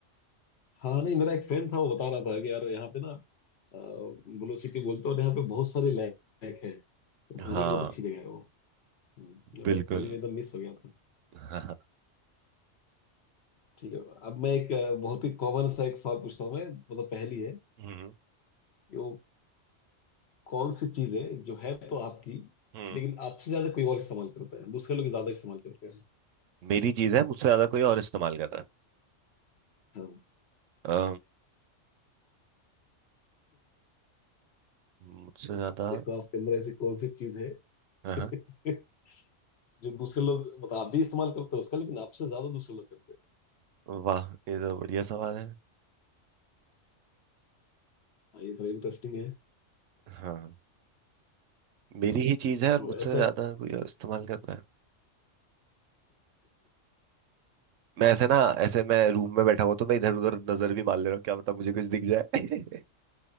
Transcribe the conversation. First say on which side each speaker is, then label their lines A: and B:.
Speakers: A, on the left; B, on the right.
A: हाँ नहीं मेरा एक फ्रेंड था वो बता रहा था कि यार यहाँ पे ना ब्लू सिटी बोलते हैं और यहाँ पे बहुत सारे लैक है घूमने
B: हाँ
A: की बहुत अच्छी जगह है वो हम्म,
B: बिल्कुल
A: बट अभी मैं एकदम मिस हो गया था
B: <laughs> हाँ हाँ।
A: ठीक है अब मैं एक अ, बहुत ही कॉमन सा एक सवाल पूछता हूँ मैं मतलब पहली है
B: हम्म
A: कि वो कौन सी चीज है जो है तो आपकी
B: हम्म
A: लेकिन आपसे ज्यादा कोई और इस्तेमाल करता है दूसरे लोग ज्यादा इस्तेमाल करते हैं
B: मेरी चीज है मुझसे ज्यादा कोई और इस्तेमाल कर रहा
A: हाँ
B: है मुझसे ज्यादा
A: आप देखो आपके अंदर ऐसी कौन सी चीज है
B: हाँ हाँ,
A: <laughs> जो दूसरे लोग मतलब आप भी इस्तेमाल करते हो उसका लेकिन आपसे ज्यादा दूसरे लोग करते हैं
B: वाह ये तो बढ़िया सवाल है
A: हाँ ये थोड़ा इंटरेस्टिंग है
B: हाँ मेरी ही चीज है और
A: वो
B: मुझसे
A: ऐसा
B: ज्यादा कोई और इस्तेमाल कर रहा है मैं ऐसे ना ऐसे मैं रूम में बैठा हुआ तो मैं इधर उधर नजर भी मार ले रहा हूँ क्या पता मुझे कुछ दिख जाए <laughs>